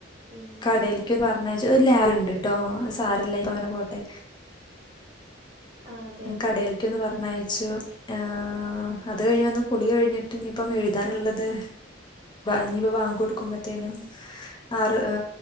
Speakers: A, on the right (about 30°); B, on the left (about 25°).
A: പിന്നീടെന്താ
B: കടേൽക്ക് പറഞ്ഞയച്ച്, ഒര് ലാഗ്ണ്ട്ട്ടോ അഅ് സാരല്ല ഇപ്പങ്ങനെ പോട്ടെ.
A: ആഹ് അതെ അതെ
B: കടയിൽക്കൊന്ന്
A: ഉം
B: പറഞ്ഞയച്ചു ഏ... അത് കഴിഞ്ഞ് വന്ന് കുളി കഴിഞ്ഞിട്ട് ഇനിയിപ്പം എഴുതാനുള്ളത് ഇനിയിപ്പോ ബാങ്കൊട് ബത്തേനും ആറ് ഏ